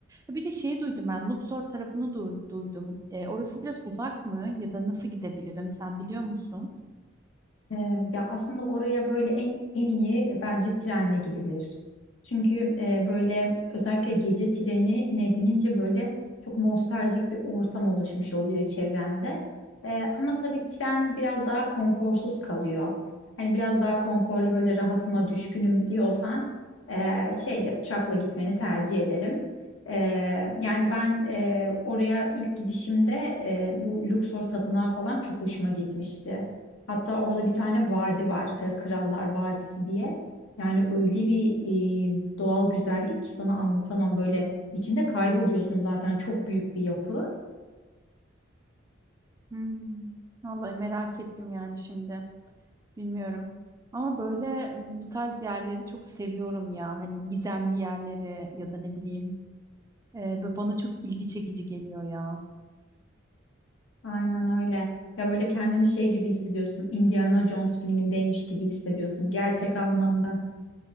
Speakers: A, on the right; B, on the left.
A: E, Bir de şeyi duydum ben Luxor tarafını du- duydum. E, orası biraz uzak mı ya da nasıl gidebilirim sen biliyor musun?
B: Ee, Ya aslında oraya böyle en en iyi bence trenle gidilir. Çünkü e, böyle özellikle gece treni ne binince böyle çok nostaljik bir ortam oluşmuş oluyor çevrende. Ee, ama tabii tren biraz daha konforsuz kalıyor. Hani biraz daha konforlu böyle rahatıma düşkünüm diyorsan e, şeyle uçakla gitmeni tercih ederim. Ee, yani ben e, oraya ilk gidişimde e, bu Luxor Tapınağı falan çok hoşuma gitmişti. Hatta orada bir tane vadi var, e, Krallar Vadisi diye. Yani öyle bir e, doğal güzellik ki sana anlatamam. Böyle içinde kayboluyorsun zaten çok büyük bir yapı.
A: Hmm, Vallahi merak ettim yani şimdi. Bilmiyorum. Ama böyle m, bu tarz yerleri çok seviyorum ya. Hani gizemli yerleri ya da ne bileyim. E, böyle bana çok ilgi çekici geliyor ya.
B: Aynen öyle. Ya böyle kendini şey gibi hissediyorsun. Indiana Jones filmindeymiş gibi hissediyorsun gerçek anlamda.